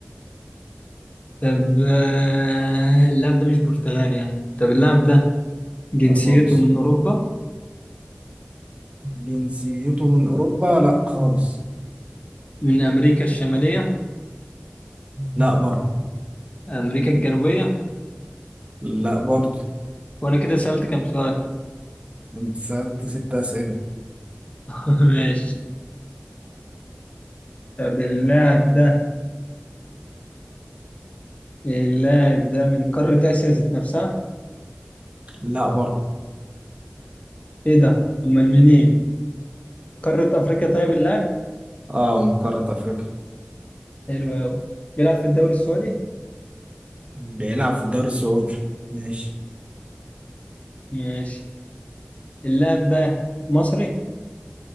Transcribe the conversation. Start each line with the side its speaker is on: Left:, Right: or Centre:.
Left: طب آه، اللاعب ده مش برتغالي يعني طب اللاعب ده جنسيته
Right: لا خالص
Left: من أوروبا
Right: جنسيته من أوروبا لا خالص
Left: من أمريكا الشمالية
Right: لا برضه
Left: أمريكا الجنوبية
Right: لا برضه
Left: وأنا كده سألت كام سؤال
Right: انت سألت ست أسئلة
Left: <laughs> ماشي طب اللاعب ده اللاعب ده من قارة آسيا ذات نفسها
Right: لا برضه
Left: إيه ده أمال منين قارة أفريقيا طيب اللاعب
Right: اه من قارة أفريقيا
Left: حلو أوي بيلعب في الدوري السعودي
Right: بيلعب في الدوري السعودي ماشي
Left: ماشي اللاعب ده مصري